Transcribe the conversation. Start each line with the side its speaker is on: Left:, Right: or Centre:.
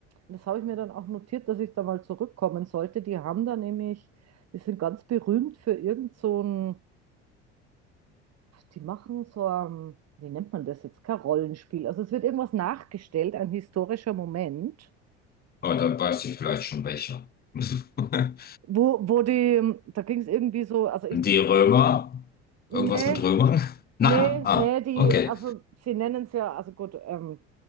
Right: das habe ich mir dann auch notiert, dass ich da mal zurückkommen sollte. Die haben da nämlich, die sind ganz berühmt für irgend so ein Die machen so, ähm, wie nennt man das jetzt? Kein Rollenspiel. Also es wird irgendwas nachgestellt, ein historischer Moment,
Left: Aber dann weiß ich vielleicht schon welcher. <laughs>
Right: wo, wo die, da ging es irgendwie so, also ich,
Left: Die Römer,
Right: nee,
Left: irgendwas mit Römern?
Right: nee,
Left: Nein, ah,
Right: nee, die,
Left: okay.
Right: also sie nennen es ja, also gut, ähm,